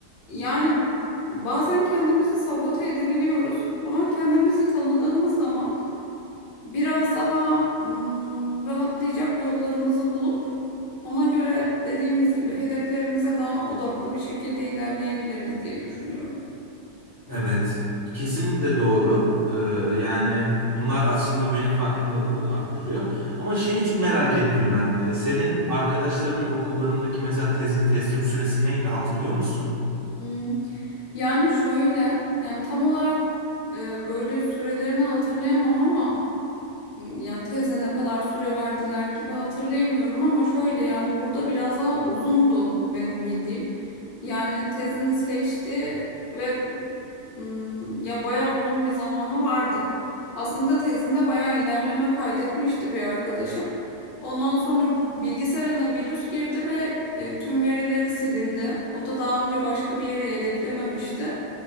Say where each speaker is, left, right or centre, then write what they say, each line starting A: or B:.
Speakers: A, on the left; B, on the left.
A: yani bazen kendimizi sabote edebiliyoruz ama kendimizi tanıdığımız zaman biraz daha ım, rahatlayacak yollarımızı bulup ona göre dediğimiz gibi hedeflerimize daha odaklı bir şekilde ilerleyebiliriz diye düşünüyorum.
B: Evet, kesinlikle doğru. Ee, yani bunlar aslında benim farkındalığımı da arttırıyor. Ama şey hiç merak ettim ben. Ee, senin arkadaşlarının okullarındaki mesela tezin teslim süresi neydi hatırlıyor musun?
A: Hmm, Yani şöyle, yani tam olarak e, böyle sürelerini hatırlayamam ama Yani teze ne kadar süre verdiler gibi hatırlayamıyorum ama şöyle yani burada biraz daha uzundu benim bildiğim. Yani tezini seçti ve mm, ya bayağı uzun bir zamanı vardı. Aslında tezinde bayağı ilerleme kaydetmişti bir arkadaşım. Ondan sonra bilgisayarına virüs girdi ve e, tüm verileri silindi. O da daha önce başka bir yere yedeklememişti.